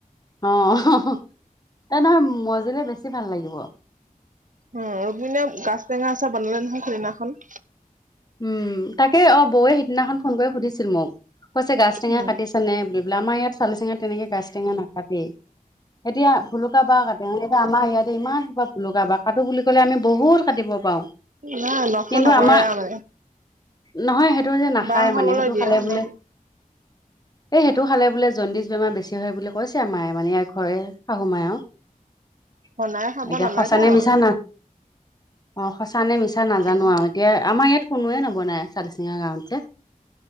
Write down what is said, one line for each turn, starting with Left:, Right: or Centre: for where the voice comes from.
Left: অঁ' এ নহয় মজিলে বেছি ভাল লাগিব।
Right: উমঁ' ৰুক্মিণীয়ে গাছ টেঙা আচাৰ বনালে নহয় সেইদিনাখন।
Left: উমঁ' তাকে, অঁ' বৌৱে সিদিনাখন ফোন কৰি সুধিছিল মোক। কৈছে গাছ টেঙা
Right: উম।
Left: কাটিছে নে বুলি বেলে, আমাৰ ইয়াত চালি চেঙা তেনেকে গাছ টেঙা নাকাটেয়। এতিয়া ভুলুকা বাঁহ কাটে মানে এইবাৰ আমাৰ ইয়াতে ইমান সোপা ভুলুকা বাঁহ কাটো বুলি ক'লে আমি বহুত কাটিব পাৰোঁ। কিন্তু
Right: নাই নষ্ট নকৰে
Left: আমাৰ
Right: আৰু মানে,
Left: নহয় সেইটো যে নাখায়
Right: বাঁহ খাবলৈ
Left: মানে সেইটো
Right: দিয়ে
Left: খালে বোলে
Right: নে
Left: এই সেইটো খালে বোলে জণ্ডিছ বেমাৰ বেছি হয় বুলি কৈছে মায়ে মানে ই হয় শাহু মায় আৰু।
Right: বনাই খাব
Left: এতিয়া
Right: নালাগে
Left: সঁচানে
Right: আৰু।
Left: মিছা না অঁ' সঁচা নে মিছা
Right: উম,
Left: নাজানো আৰু এতিয়া আমাৰ ইয়াত কোনোৱে নৱনাই চালি চিঙা গাঁৱত যে।